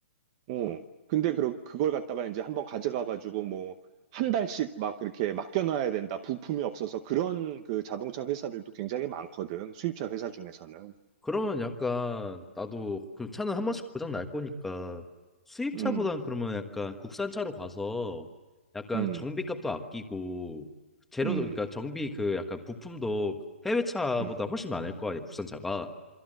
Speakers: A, on the right; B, in the centre.
A: 어, 근데 그, 그걸 갖다가 이제 한번 가져가가지고 뭐, 한 달씩 막 이렇게 맡겨놔야 된다. 부품이 없어서 그런 그 자동차 회사들도 굉장히 많거든. 수입차 회사 중에서는.
B: 그러면 약간 나도 그 차는 한 번씩 고장 날 거니까 수입차보단
A: 음,
B: 그러면 약간 국산차로 가서 약간
A: 음,
B: 정비값도 아끼고 재료도
A: 음,
B: 그러니까 정비 그 약간 부품도 해외차보다
A: 음.
B: 훨씬 많을 거 아니야 국산차가.